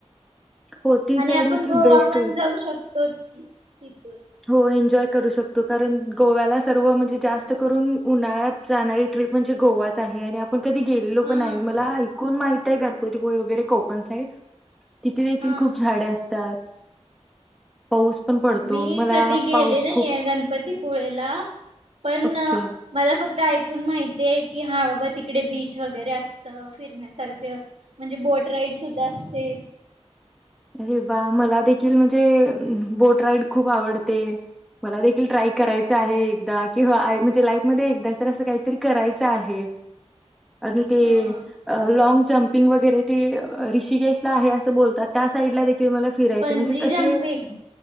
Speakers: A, in the centre; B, on the right.
A: हो, ती साईड
B: आणि आपण
A: देखील
B: बो
A: बेस्ट
B: आपण
A: होईल.
B: जाऊ शकतोच की तिथून.
A: हो, एन्जॉय करू कारण गोव्याला सर्व म्हणजे जास्त करून उन्हाळ्यात जाणारी ट्रीप म्हणजे गोवाच आहे आणि आपण कधी गेलेलो
B: हा
A: पण नाही मला ऐकून माहित ते गणपतीपुळे वगैरे कोकण साईड तिथे देेखील
B: हा.
A: खूप झाडे असतात. पाऊस पण पडतो.
B: मी
A: मला
B: कधी गेले
A: पाऊस
B: नाही
A: खूप
B: आहे गणपतीपुळेला पण
A: ओके.
B: मला फक्त ऐक ऐकून माहितीय की हा बाबा तिकडे बीच वगैरे असत फिरण्यासारखे म्हणजे बोट राईड सुद्धा असते.
A: अरे वा मला देखील ते बोट राईड खूप आवडते मला देखिल ट्राय करायच आहे एकदा किवा म्हणजे लाईफमध्ये एकदा अस काहीतरी करायचं आहे. आणि ते
B: हा
A: लाँग जंपिंग वगैरे ती ऋषिकेशला आहे असं बोलतात. त्या साइड ला ते मला फिरायचे
B: बंजी
A: म्हणजे तसे
B: जम्पिंग